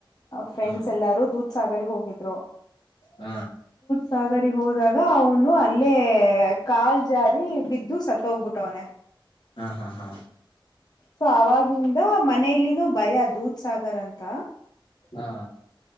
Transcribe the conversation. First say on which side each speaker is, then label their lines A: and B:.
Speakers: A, on the left; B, on the left.
A: ಫ್ರೆಂಡ್ಸ್
B: ಹ
A: ಎಲ್ಲಾರೂ ದೂದ ಸಾಗರ್ ಹೋಗಿದ್ರು
B: ಹ
A: ಸಾಗರಿಗ್ ಹೋದಾಗ ಅವನು ಅಲ್ಲೇ ಕಾಲ್ ಜಾರಿ ಬಿದ್ದು ಸತ್ತ ಹೋಗ್ಬಿಟ್ಟವ್ನ
B: ಹಾ ಹಾ ಹಾ
A: ಸೊ ಅವಾಗಿಂದ ಮನೆಯಲ್ಲಿನೂ ಭಯ ದೂದ್ ಸಾಗರ್ ಅಂತ
B: ಹಾ